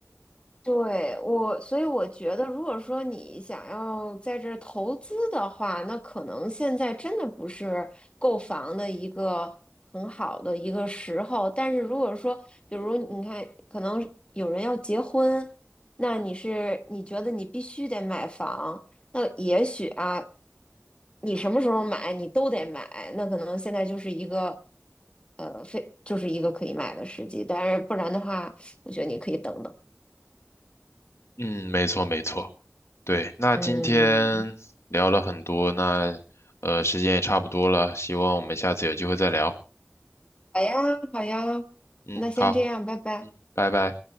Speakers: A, on the left; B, on the left.
A: 对，我，所以我觉得，如果说你想要在这儿投资的话，那可能现在真的不是购房的一个很好的一个时候。但是如果说，比如你看，可能有人要结婚，那你是你觉得你必须得买房，那也许啊，你什么时候买你都得买，那可能现在就是一个，呃，非就是一个可以买的时机。但是不然的话，我觉得你可以等等。
B: 嗯，没错没错，对，那今天聊了很多，
A: 嗯，
B: 那呃，时间也差不多了，希望我们下次有机会再聊。
A: 好呀，好呀，
B: 嗯，
A: 那先这样，
B: 好，
A: 拜拜。
B: 拜拜。